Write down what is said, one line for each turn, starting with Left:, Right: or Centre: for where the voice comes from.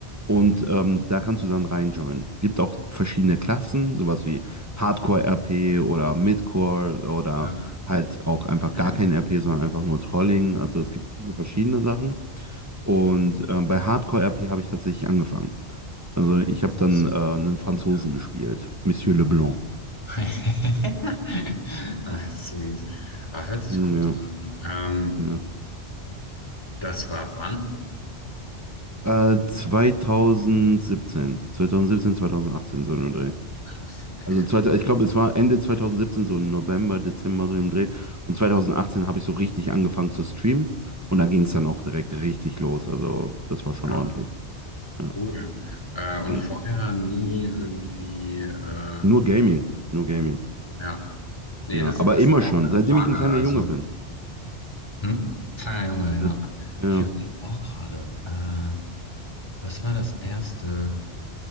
Right: Und
Left: ja,
Right: ähm, da kannst du dann reinjoinen. Gibt auch verschiedene Klassen, sowas wie Hardcore-RP oder Midcore oder
Left: Ja,
Right: halt auch einfach
Left: okay.
Right: gar kein RP, sondern einfach nur Trolling. Also es gibt viele verschiedene Sachen. Und ähm, bei Hardcore-RP habe ich tatsächlich angefangen. Also ich habe
Left: Krass.
Right: dann äh, einen Franzosen
Left: Ja,
Right: gespielt, Monsieur Leblanc.
Left: okay. <laughs> Ah, sweet. Aber hört sich
Right: Hm,
Left: gut
Right: Ja,
Left: an. Ähm,
Right: ja.
Left: das war wann?
Right: Äh, 2017, 2017, 2018 so ein Dreh.
Left: Krass, okay.
Right: Also zweite, ich glaube, es war Ende 2017, so November, Dezember, so im Dreh. Und 2018
Left: Ja.
Right: habe ich so richtig angefangen zu streamen. Und da ging es dann auch direkt richtig los. Also das war schon
Left: Ja,
Right: ordentlich. Ja.
Left: cool. Äh, und
Right: Ja.
Left: vorher nie irgendwie, äh,
Right: Nur Gaming, nur Gaming.
Left: ja. Nee,
Right: Ja,
Left: das,
Right: aber
Left: das
Right: immer
Left: war
Right: schon,
Left: auch meine
Right: seitdem
Left: Frage.
Right: ich ein kleiner
Left: Also,
Right: Junge bin.
Left: hm? Kleiner Junge, ja.
Right: Äh, Ja,
Left: Ich überlege auch gerade, äh, was war das erste?